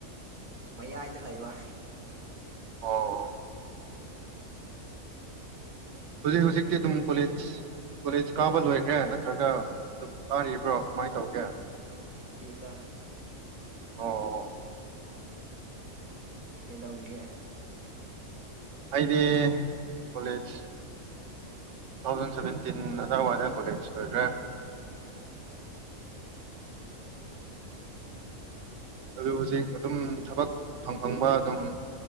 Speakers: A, on the right; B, on the right.
A: ꯃꯌꯥꯏꯗ ꯂꯩꯕ
B: ꯑꯣ ꯍꯧꯖꯤꯛ ꯍꯧꯖꯤꯛꯇꯤ ꯑꯗꯨꯝ ꯀꯣꯂꯦꯖ ꯀꯣꯂꯦꯖ ꯀꯥꯕ ꯂꯣꯏꯈ꯭ꯔꯦ ꯅꯠꯇ꯭ꯔꯒ ꯑꯗꯨꯝ ꯀꯥꯔꯤꯕ꯭ꯔꯣ ꯀꯃꯥꯏꯅ ꯇꯧꯒꯦ
A: ꯗ
B: ꯑꯣ
A: ꯅꯪꯗꯤ ꯀꯩꯗꯧꯔꯤꯒꯦ
B: ꯑꯩꯗꯤ ꯀꯣꯂꯦꯖ ꯊꯥꯎꯖꯟ ꯁꯚꯦꯟꯇꯤꯟ ꯑꯗꯥꯏꯋꯥꯏꯗ ꯀꯣꯂꯦꯖ ꯂꯣꯏꯈ꯭ꯔꯦ
A: ꯑꯣ
B: ꯑꯗꯨ ꯍꯧꯖꯤꯛ ꯑꯗꯨꯝ ꯊꯕꯛ ꯐꯪ ꯐꯪꯕ ꯑꯗꯨꯝ